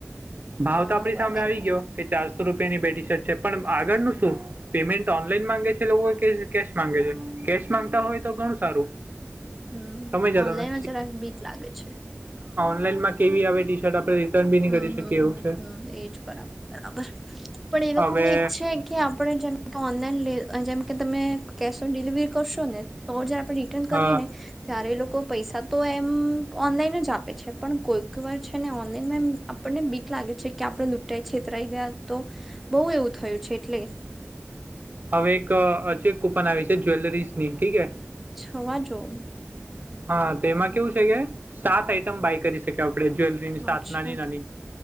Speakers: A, on the right (about 45°); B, in the centre.
A: ભાવ
B: હા
A: તો આપડી
B: બરાબર
A: સામે આવી ગયો કે ચારસો રૂપિયાની બેટી શર્ટ છે પણ. આગળનું શું પેમેન્ટ ઓનલાઈન માંગે છે લોકો કેશ માંગે છે. કેશ માંગતા હોય તો ઘણું સારું.
B: હમ્મ
A: સમજ્યા
B: ઓનલાઈનમાં
A: તમે
B: જરાક બીક લાગે છે.
A: ઓલાનમાં કેવી આવે ટી શર્ટ આપણે. રિટર્ન બી નહીં
B: હમ્મ
A: કરી
B: હમ્મ
A: શકીએ એવું
B: હમ્મ
A: છે
B: હમ્મ એજ બરાબર બરાબર. પણ એ
A: હવે
B: લોકોને એક છે, કે આપડણે જેમ કે ઓનલાઈન લ જેમ. કે તમે કેશ ઓન ડિલિવરી કરશો ને તો જયારે આપણે રિટર્ન કરીએ
A: હા
B: ને ત્યારે એ લોકો. પૈસા તો એમ ઓનલાઈન જ આપે છે, પણ કોઈક વાર છે ને ઓનલાઈનમાં એમ આપણને બીક લાગે છે, કે આપડ લૂંટાઈ છેતરાઈ ગયા તો બહુ એવું થયું છે એટલે.
A: હવે એક હજી કૂપન આવી છે, જ્વેલરીઝ ની ઠીકે.
B: છવા જૂન.
A: હા, તો એમાં કેવું છે કે સાત આઈટમ બાય કરી શકે આપ. આપણે જ્વેલરીની સાત
B: અચ્છા
A: નાની નાની